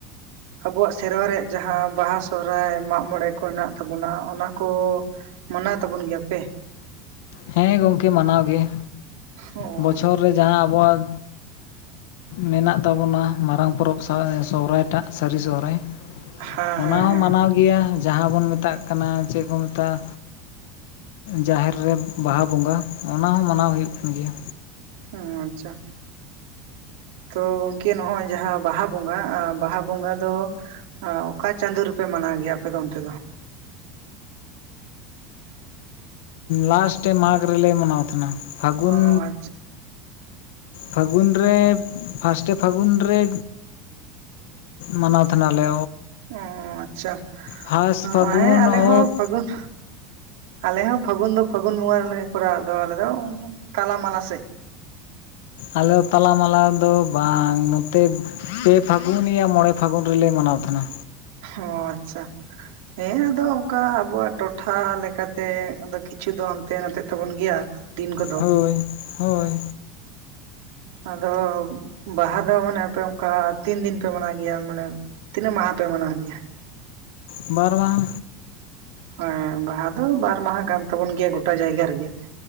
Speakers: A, on the right; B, on the left.
A: ᱟᱵᱚᱣᱟᱜ ᱥᱮᱨᱣᱟ ᱨᱮᱭᱟᱜ ᱡᱟᱦᱟᱸ ᱵᱟᱦᱟ ᱥᱚᱦᱨᱟᱭ ᱢᱟᱜ ᱢᱚᱬᱮ ᱠᱚ ᱦᱮᱱᱟᱜ ᱛᱟᱵᱚᱱᱟ ᱚᱱᱟ ᱠᱚ ᱢᱟᱱᱟᱣ ᱛᱟᱵᱚᱱ ᱜᱮᱭᱟ ᱯᱮ
B: ᱦᱮᱸ ᱜᱚᱢᱠᱮ ᱢᱟᱱᱟᱣ ᱜᱮᱮ
A: ᱚ
B: ᱵᱚᱪᱷᱚᱨ ᱨᱮ ᱡᱟᱦᱟᱸ ᱟᱵᱚᱣᱟᱜ ᱢᱮᱱᱟᱜ ᱛᱟᱵᱚᱱᱟ ᱢᱟᱨᱟᱝ ᱯᱚᱨᱚᱵᱽ ᱥᱟᱶ ᱥᱚᱦᱨᱟᱭᱴᱟᱜ ᱥᱟᱹᱨᱤ ᱥᱚᱦᱨᱟᱭ
A: ᱦᱮᱸ
B: ᱚᱱᱟ
A: ᱦᱮᱸ
B: ᱦᱚᱸ
A: ᱦᱮᱸ
B: ᱢᱟᱱᱟᱣ ᱜᱮ ᱜᱮᱭᱟ ᱡᱟᱦᱟᱸ ᱵᱚᱱ ᱢᱮᱛᱟᱜ ᱠᱟᱱᱟ ᱪᱮᱫ ᱠᱚ ᱢᱮᱛᱟᱜᱼᱟ ᱡᱟᱦᱮᱨ ᱨᱮ ᱵᱟᱦᱟ ᱵᱚᱸᱜᱟ ᱚᱱᱟ ᱦᱚᱸ ᱢᱟᱱᱟᱣ ᱦᱩᱭᱩᱜ ᱠᱟᱱ ᱜᱮᱭᱟ᱾
A: ᱦᱮᱸ ᱟᱪᱷᱟ ᱛᱚ ᱜᱚᱝᱠᱮ ᱱᱚᱜᱼᱚᱭ ᱡᱟᱦᱟᱸ ᱵᱟᱦᱟ ᱵᱚᱸᱜᱟ-ᱵᱟᱦᱟ ᱵᱚᱸᱜᱟ ᱫᱚ ᱚᱠᱟ ᱪᱟᱸᱫᱳ ᱨᱮᱯᱮ ᱢᱟᱱᱟᱣ ᱜᱮᱭᱟ ᱟᱯᱮ ᱫᱚ ᱚᱱᱛᱮ ᱫᱚ?
B: ᱞᱟᱥᱴᱮ ᱢᱟᱜᱽ ᱨᱮᱞᱮ ᱢᱟᱱᱟᱣ ᱛᱟᱦᱮᱱᱟ ᱯᱷᱟᱹᱜᱩᱱ
A: ᱚ ᱟᱪᱪᱷᱟ
B: ᱯᱷᱟᱹᱜᱩᱱ ᱨᱮ ᱯᱷᱟᱥᱴᱮ ᱯᱷᱟᱹᱜᱩᱱ ᱨᱮ ᱢᱟᱱᱟᱣ ᱛᱟᱦᱮᱱᱟᱞᱮ
A: ᱚ ᱟᱪᱷᱟ
B: ᱯᱷᱟᱥᱴ
A: ᱦᱮᱸ
B: ᱯᱷᱟᱹᱜᱩᱱ
A: ᱟᱞᱮ
B: ᱚᱛ
A: ᱦᱚᱸ ᱯᱷᱟᱹᱜᱩᱱ ᱟᱞᱮ ᱦᱚᱸ ᱯᱷᱟᱹᱜᱩᱱ ᱫᱚ ᱯᱷᱟᱹᱜᱩᱱ ᱵᱚᱸᱜᱟ ᱨᱮ ᱠᱚᱨᱟᱣᱟ ᱟᱫᱚ ᱟᱞᱮ ᱫᱚ ᱛᱟᱞᱟ-ᱢᱟᱞᱟ ᱥᱮᱫ
B: ᱟᱞᱮ ᱫᱚ ᱛᱟᱞᱟᱢᱟᱞᱟ ᱫᱚ ᱵᱟᱝ ᱱᱚᱛᱮ ᱯᱮ ᱯᱷᱟᱹᱜᱩᱱ ᱭᱟ ᱢᱚᱬᱮ ᱯᱷᱟᱹᱜᱩᱱ ᱨᱮᱞᱮ ᱢᱟᱱᱟᱣ ᱛᱟᱦᱮᱱᱟ᱾
A: ᱦᱚᱸ ᱟᱪᱷᱟ ᱦᱮᱸ ᱟᱫᱚ ᱚᱱᱠᱟ ᱟᱵᱚᱣᱟᱜ ᱴᱚᱴᱷᱟ ᱞᱮᱠᱟᱛᱮ ᱠᱤᱪᱷᱩ ᱫᱚ ᱦᱟᱱᱛᱮ- ᱱᱟᱛᱮ ᱛᱟᱵᱚᱱ ᱜᱮᱭᱟ᱾ ᱫᱤᱱ ᱠᱚᱫᱚ
B: ᱦᱳᱭ ᱦᱳᱭ
A: ᱟᱫᱚ ᱵᱟᱦᱟ ᱫᱚ ᱢᱟᱱᱮ ᱟᱯᱮ ᱚᱱᱠᱟ ᱛᱤᱱ ᱫᱤᱱ ᱯᱮ ᱢᱟᱱᱟ ᱜᱮᱭᱟ ᱢᱟᱱᱮ ᱛᱤᱱᱟᱹᱜ ᱢᱟᱦᱟ ᱯᱮ ᱢᱟᱱᱟᱣ ᱜᱮᱭᱟ?
B: ᱵᱟᱨ ᱵᱟᱝ
A: ᱦᱮᱸ ᱵᱟᱦᱟ ᱫᱚ ᱵᱟᱨ ᱢᱟᱦᱟ ᱠᱟᱱ ᱛᱟᱵᱚᱱ ᱜᱮᱭᱟ ᱜᱚᱴᱟ ᱡᱟᱭᱜᱟ ᱨᱮᱜᱮ